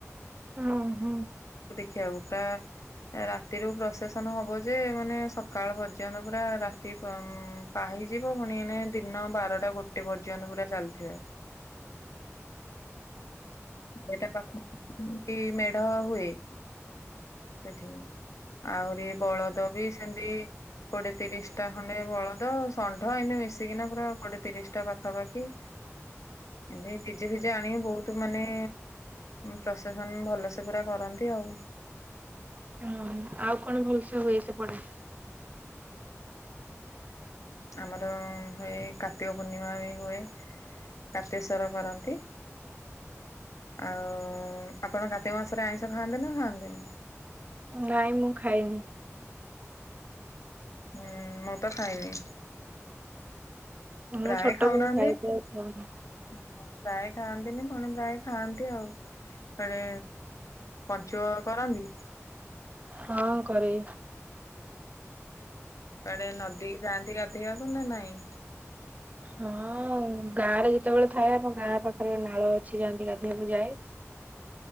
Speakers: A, on the right (about 30°); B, on the left (about 75°).
A: ହଁ ହଁ
B: ଦେଖିବାକୁ ପୁରା ରାତିରୁ ପ୍ରସେସନ ହବ ଯେ ମାନେ ସକାଳ ପର୍ଯ୍ୟନ୍ତ ପୁରା ରାତି ପ ପାହିଯିବ ପୁଣି ଏନେ ଦିନ ବାରଟା ଗୋଟେ ପର୍ଯ୍ୟନ୍ତ ପୁରା ଚାଲିଥିବ। ସେଇଟା ପାଖ କି ମେଢ ହୁଏ। ସେଠି ଆହୁରି ବଳଦ ବି ସେମିତି କୋଡିଏ ତିରିଶ ଟା ଖଣ୍ଡେ ବଳଦ ଷଣ୍ଢ ଏମିତି ମିଶିକିନା ପୁରା କୋଡିଏ ତିରିଶ ଟା ପାଖାପାଖି ଏମତି ଡିଜେ ଫିଜେ ଆଣିକି ବହୁତ ମାନେ ପ୍ରସେସନ ଭଲସେ ପୁରା କରନ୍ତି ଆଉ।
A: ହଁ ଆଉ କଣ ଭଲସେ ହୁଏ ସେପଟେ।
B: ଆମର ହୁଏ କାର୍ତ୍ତିକ ପୂର୍ଣ୍ଣିମା ବି ହୁଏ। କାର୍ତ୍ତୀକେଶ୍ଵର କରନ୍ତି। ଆଉ ଆପଣ କାତିକ ମାସରେ ଆଇଁଷ ଖାଆନ୍ତି ନା ଖାଆନ୍ତିନି।
A: ନାଇଁ ମୁଁ ଖାଇନି।
B: ହୁଁ ମୁଁ ତ ଖାଇନି।
A: ମୁଁ
B: ପ୍ରାୟ
A: ଛୋଟବେଳେ
B: ଖାଉ ନାହାଁନ୍ତି
A: ଖାଇଛି
B: ଅହ।
A: ଆଉ ଖାଉନି।
B: ପ୍ରାୟ ଖାଆନ୍ତିନି ପୁଣି ପ୍ରାୟ ଖାଆନ୍ତି ଆଉ। ତାରେ ପଞ୍ଚୁକ କରନ୍ତି।
A: ହଁ କରେ।
B: କୁଆଡେ ନଦୀ କି ଯାଆନ୍ତି ଗାଧେଇିବାକୁ ନା ନାଇଁ?
A: ହଁ ଗାଁ ରେ ଯେତେବେଳେ ଥାଏ ଆମ ଗାଁ ପାଖରେ ନାଳ ଅଛି ଯାଆନ୍ତି ଗାଧୋଇବାକୁ ଯାଏ। <inaudible>